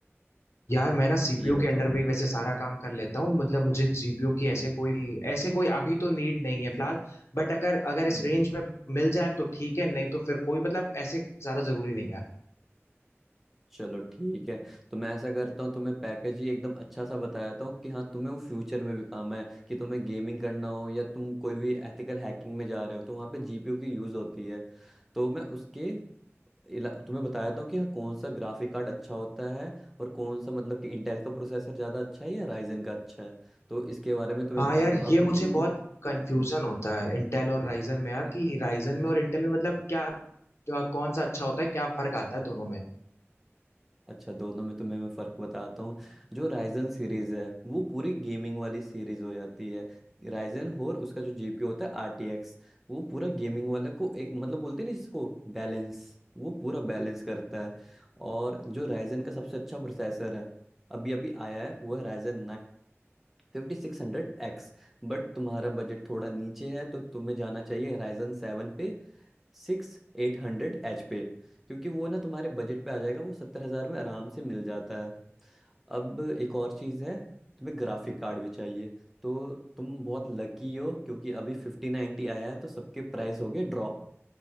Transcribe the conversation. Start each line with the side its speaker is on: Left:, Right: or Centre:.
Left: यार मैं ना सीपीयू
Centre: ये बताओ
Left: के अंडर पे ही वैसे सारा काम कर लेता हूँ मतलब मुझे जीपीयू की ऐसे
Centre: हम्म,
Left: कोई ऐसे कोई अभी तो नीड नहीं
Centre: हम्म,
Left: है फिलहाल बट अगर अगर इस
Centre: हम्म।
Left: रेंज में मिल जाए तो ठीक है नहीं तो फिर कोई मतलब ऐसे ज्यादा जरूरी नहीं है
Centre: चलो ठीक है तो मैं ऐसा करता हूँ तुम्हें पैकेज ही एकदम अच्छा सा बता देता हूँ कि हाँ तुम्हें वो फ्यूचर में भी काम है कि तुम्हें गेमिंग करना हो या तुम कोई भी एथिकल हैकिंग में जा रहे हो तो वहाँ पे जीपीयू की यूज होती है तो मैं उसके इला- तुम्हें बताया था कि हाँ कौन सा ग्राफिक कार्ड अच्छा होता है और कौन सा मतलब कि इंटेल का प्रोसेसर ज़्यादा अच्छा है या राइजन का अच्छा है तो इसके बारे में तुम्हें
Left: हाँ
Centre: बता
Left: यार
Centre: दूंगा अब
Left: ये मुझे
Centre: तुम मुझे
Left: बहुत कंफ्यूजन
Centre: हम्म,
Left: होता है इंटेल और राइजन में यार
Centre: हाँ,
Left: कि
Centre: हम्म।
Left: राइजन में और
Centre: <laughs>
Left: इंटेल में मतलब क्या क्या- कौन सा अच्छा होता है क्या फर्क आता है दोनों में
Centre: अच्छा दोनों में तुम्हें मैं फ़र्क बताता हूँ जो राइजन सीरीज़ है वो पूरी गेमिंग वाली सीरीज़ हो जाती है राइजन और उसका जो जीपीयू होता है आरटीएक्स वो पूरा गेमिंग वाला को एक मतलब बोलते हैं ना जिसको बैलेंस वो पूरा बैलेंस करता है और जो राइजन का सबसे अच्छा प्रोसेसर है अभी अभी आया है वो है Ryzen fifty six hundred X But तुम्हारा बजट थोड़ा नीचे है तो तुम्हें जाना चाहिए Ryzen सेवन पे सिक्स एट हंड्रेड एच पे क्योंकि वो ना तुम्हारे बजट पे आ जाएगा वो सत्तर हजार में आराम से मिल जाता है अब एक और चीज़ है तुम्हें ग्राफिक कार्ड भी चाहिए तो तुम बहुत लकी हो क्योंकि अभी फिफ्टी नाइन्टी आया है तो सबके प्राइस हो गए ड्रॉप